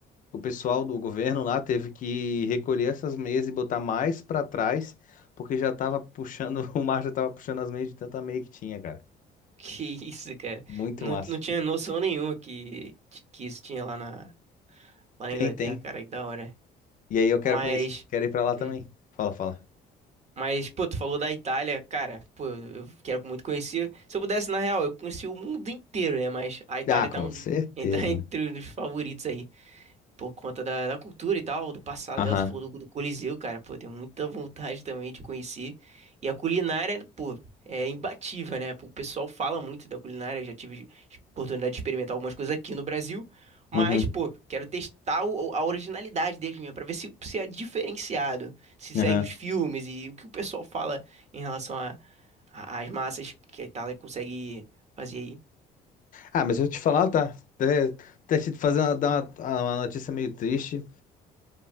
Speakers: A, on the left (about 50°); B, on the right (about 40°).
A: o pessoal do governo lá teve que recolher essas meias e botar mais pra trás, porque já tava puxando, <laughs> o mar já tava puxando as meias de tanta ameia que tinha, cara.
B: que isso, cara.
A: Muito
B: Não,
A: massa.
B: não tinha noção nenhuma que, que isso tinha lá na, lá
A: Tem,
B: na Inglaterra,
A: tem.
B: cara, que da hora.
A: E aí eu quero
B: Mas.
A: conhecer, quero ir pra lá também.
B: hum,
A: Fala, fala.
B: Mas, pô, tu falou da Itália, cara, pô, eu quero muito conhecer. Se eu pudesse, na real, eu conheci o mundo inteiro, né? Mas a Itália
A: Ah, com
B: tá, um,
A: certeza,
B: <laughs> tá entre
A: né?
B: os favoritos aí por conta da, da cultura e tal, do passado
A: Aham.
B: dela. Você falou do, do Coliseu, cara. Pô, tenho muita <laughs> vontade também de conhecer. E a culinária, pô, é imbatível, né? Pô, O pessoal fala muito da culinária. Eu já tive oportunidade de experimentar algumas coisas aqui no Brasil. Mas,
A: Uhum.
B: pô, quero testar o- a originalidade deles mesmo, pra ver se, se é diferenciado, se segue
A: Aham.
B: os filmes e o que o pessoal fala em relação a, a- às massas que a Itália consegue fazer aí.
A: Ah, mas eu te falar, tá? Até, até te fazer uma, dar uma, uma notícia meio triste.